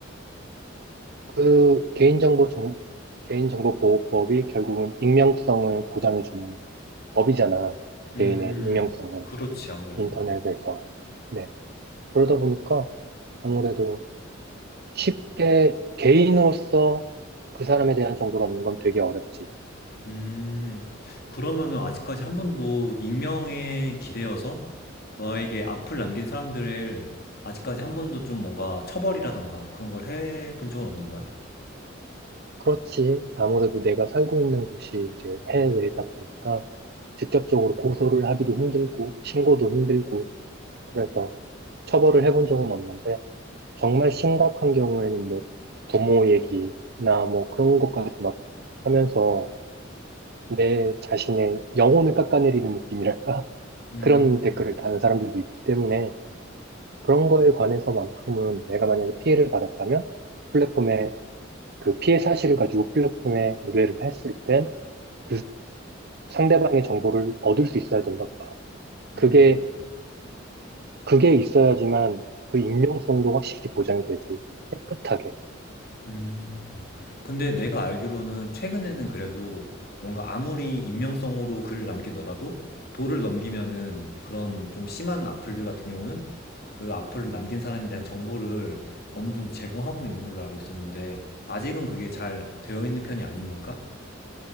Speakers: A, on the right; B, on the left.
A: 그 개인정보 정, 개인정보보호법이 결국은 익명성을 보장해주는 법이잖아.
B: 음,
A: 개인의 익명성을
B: 그렇지, 아무래도.
A: 인터넷에서. 네. 그러다 보니까 아무래도 쉽게 개인으로서 그 사람에 대한 정보를 얻는 건 되게 어렵지.
B: 음, 그러면은 아직까지 한 번도 익명에 기대어서 너에게 악플 남긴 사람들을 아직까지 한 번도 좀 뭔가 처벌이라던가 그런 걸 해본 적은 없는 거야?
A: 그렇지. 아무래도 내가 살고 있는 곳이 이제
B: 음,
A: 해외다 보니까 직접적으로 고소를 하기도 힘들고 신고도 힘들고 그래서 처벌을 해본 적은 없는데 정말 심각한 경우에는 뭐 부모 얘기나 뭐 그런 것까지 막 하면서 내 자신의 영혼을 깎아내리는 느낌이랄까? <laughs>
B: 음,
A: 그런 댓글을 다는 사람들도 있기 때문에 그런 거에 관해서만큼은 내가 만약에 피해를 받았다면 플랫폼에 그 피해 사실을 가지고 플랫폼에 의뢰를 했을 땐 그 상대방의 정보를 얻을 수 있어야 된다고 봐.
B: 음.
A: 그게, 그게 있어야지만 그 익명성도 확실히 보장이 되지. 깨끗하게.
B: 음. 근데 내가 알기로는 최근에는 그래도 뭔가 아무리 익명성으로 글을 남기더라도 도를 넘기면은 그런 좀 심한 악플들 같은 경우는 그 악플을 남긴 사람에 대한 정보를 어느 정도 제공하고 있는 걸로 알고 있었는데 아직은 그게 잘 되어 있는 편이 아닌 걸까?